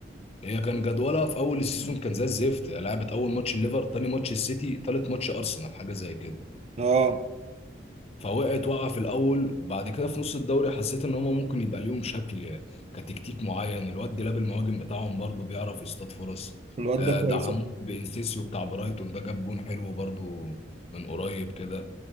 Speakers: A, on the left (about 35°); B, on the right (about 35°).
A: هي كان جدولها في اول السيزون كان زي الزفت لعبت اول ماتش الليفر تاني ماتش السيتي تالت ماتش ارسنال حاجة زي كده
B: اه
A: فوقعت وقع في الاول وبعد كده في نص الدوري حسيت ان هما ممكن يبقى ليهم شكل كتكتيك معين الواد ديلاب المهاجم بتاعهم برضو بيعرف يصطاد فرص
B: الواد
A: آه،
B: ده كويس
A: دعموه بانسيسيو بتاع برايتون ده جاب جون حلو برضو من قريب كده